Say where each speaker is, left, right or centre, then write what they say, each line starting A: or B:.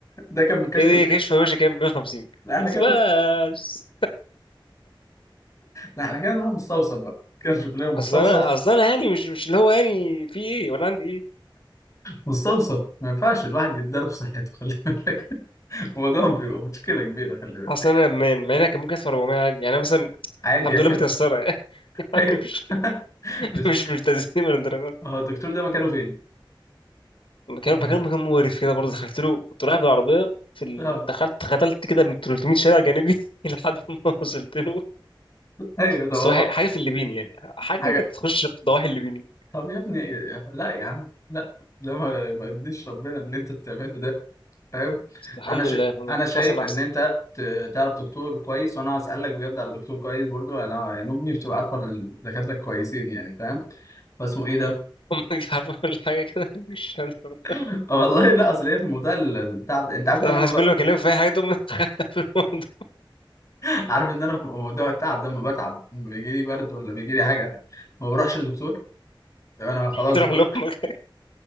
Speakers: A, on the left (about 35°); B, on the left (about 70°).
A: ده كان من كشف
B: ايه ده
A: الكلى
B: هي كشف ماشي كام 150
A: لا احنا
B: قلت
A: كده
B: بس
A: لا احنا كده نروح مستوصف بقى كده نشوف لنا
B: <laughs>
A: مستوصف
B: اصل انا اصل انا يعني مش مش اللي هو يعني في ايه وانا عندي ايه
A: مستوصف ما ينفعش الواحد يتضرب في صحته خلي بالك <laughs> الموضوع بيبقى مشكله كبيره خلي بالك
B: اصل انا امان مع انها كان ممكن ادفع 400 عادي يعني أنا مثلا
A: عادي
B: الحمد
A: يعني
B: لله متيسره <laughs> يعني
A: ايوه
B: مش
A: <laughs> بس
B: مش مش تزيين من الدرجات
A: هو الدكتور ده مكانه فين؟
B: مكان
A: يعني
B: مكان مكان مقرف كده برضه دخلت له كنت رايح بالعربية في ال...
A: اه
B: دخلت ختلت كده من 300 شارع جانبي <laughs> لحد ما وصلت له
A: ايوه طب
B: بس
A: هو
B: هو حاجة في الليبيني يعني حاجة
A: حاجه
B: كانت تخش في ضواحي الليبيني
A: طب يا ابني لا يا عم لا ده ما ما يرضيش ربنا اللي انت بتعمله ده فاهم؟
B: الحمد
A: انا ش...
B: لله الحمد
A: انا
B: لله
A: شايف
B: حسن أحسن
A: ان انت ت... تعرف دكتور كويس وانا هسألك بجد على دكتور كويس برضو يعني انا يعني امي بتبقى عارفه إن الدكاتره كويسين يعني فاهم؟ فاسمه ايه ده؟
B: أمي <laughs> مش عارفة كل حاجة كده <laughs> مش عارفة
A: <laughs> والله لا اصل هي في موضوع ال- التعب انت عارف
B: صراحة
A: ان انا ما بق...
B: كل ما أكلمه في أي حاجة تقوم <laughs> في الموضوع
A: عارف ان انا في موضوع التعب ده ما بتعب لما بيجي لي برد ولا بيجي لي حاجه ما بروحش للدكتور ده انا خلاص
B: تروح
A: ب...
B: لأمك